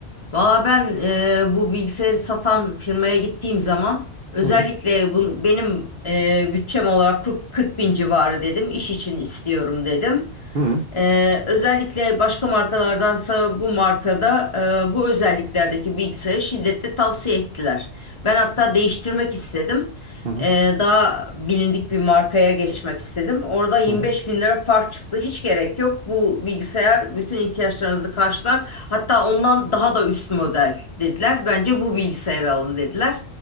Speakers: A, on the left (about 25°); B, on the right (about 50°).
A: Valla ben e, bu bilgisayarı satan firmaya gittiğim zaman özellikle
B: Hı
A: bunu benim e, bütçem olarak 40, 40 bin civarı dedim. iş için istiyorum dedim.
B: hı
A: Ee, özellikle başka markalardansa bu markada e, bu özelliklerdeki bilgisayarı şiddetle tavsiye ettiler. Ben hatta değiştirmek istedim.
B: hı hı
A: Ee, daha bilindik bir markaya geçmek istedim. Orada 25
B: hı. hı.
A: bin lira fark çıktı. Hiç gerek yok. Bu bilgisayar bütün ihtiyaçlarınızı karşılar. Hatta ondan daha da üst model dediler. Bence bu bilgisayarı alın dediler.